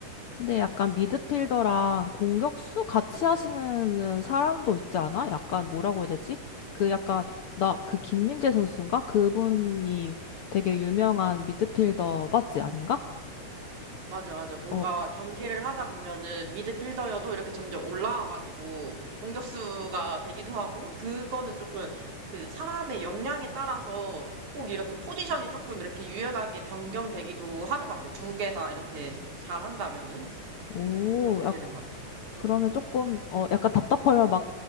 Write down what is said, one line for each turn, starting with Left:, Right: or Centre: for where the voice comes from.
Left: 근데 약간 미드필더랑 공격수 같이
Right: 응,
Left: 하시는
Right: 응,
Left: 사람도 있지 않아? 약간 뭐라고 해야 되지? 그 약간 나 그 김민재 선수인가? 그분이 되게 유명한 미드필더 맞지 아닌가?
Right: 응. 맞아, 맞아. 뭔가
Left: 어,
Right: 경기를 하다 보면은 미드필더여도 이렇게 점점 올라와가지고 공격수가 되기도 하고, 그거는 조금 그 사람의 역량에 따라서 꼭 이렇게 포지션이 조금 이렇게 유연하게 변경되기도 하는 것 같아. 두 개 다 이렇게 잘 한다면은.
Left: 오,
Right: 그렇게
Left: 약
Right: 되는 것 같아.
Left: 그러면
Right: 음.
Left: 조금 어 약간 답답하면 막